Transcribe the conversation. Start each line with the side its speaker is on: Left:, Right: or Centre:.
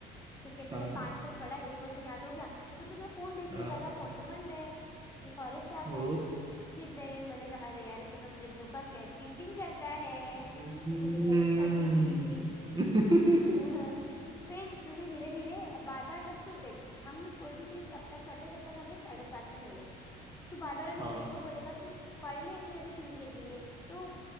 Left: ठीक है तूने
Right: हाँ
Left: पांच मिनट पढ़ा एक क्वेश्चन याद हो गया फिर तू अपना फोन देखने
Right: हाँ
Left: जाएगा फोन तो बंद है क्योंकि फॉरेस्ट ऐप
Right: ओ
Left: है फिर बेरेन बोलेगा अरे यार इससे तो मुझे धोखा किया चीटिंग करता है
Right: हम्म
Left: जैसे तेरी एक्स करती थी
Right: <laughs>
Left: <laughs> फिर तुझे धीरे धीरे बार बार जब तू देख हम कोई भी चीज तब तक करते हैं जब तक हमें सेटिस्फेक्शन मिले तू बार बार अपने
Right: हाँ
Left: ब्रेन को बोलेगा कि पढ़ ले फिर अभी टीवी देखेंगे तो